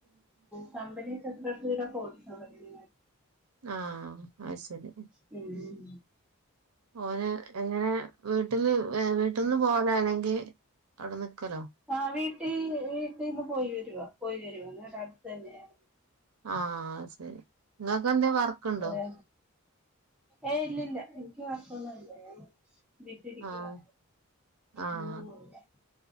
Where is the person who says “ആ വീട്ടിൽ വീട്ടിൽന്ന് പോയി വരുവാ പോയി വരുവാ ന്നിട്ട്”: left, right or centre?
Centre